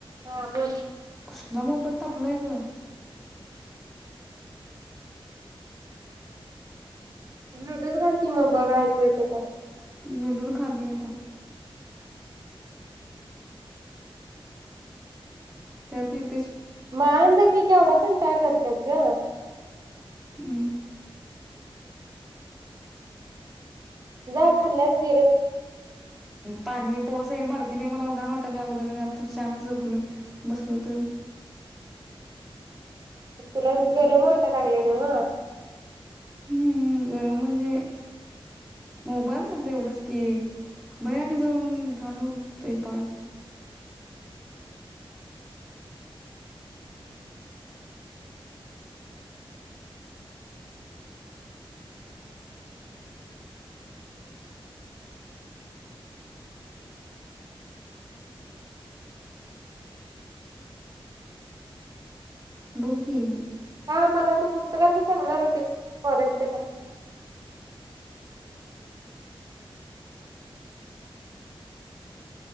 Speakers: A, on the right; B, in the centre.
A: हा बोल.
B: कसला मोबाईल तापलाय ग.
A: ब्लुटूथ घाल की मग बघा ऐकू येत का?.
B: नूडूल खाल्ली आता. <unintelligible>
A: म आन जा की केवडाक. पण काय करत्यात ग.
B: हम्म.
A: जा खाल्ल्याल जिरल.
B: पाणीये पाऊसे मर्दीने मला घाण वाटायला अगोदर आणि आत्ता शांत झोपलय बसलोय तर
A: तुला गरम वाटा लागल नवं.
B: हम्म गरम म्हणजे मोबाईलचच एवढंच की बाहेर आणि जाऊन घाण होतय पाय. बोल की.
A: हा मला तू पुस्तकाच सांगणार होतीस फॉरेस्टचा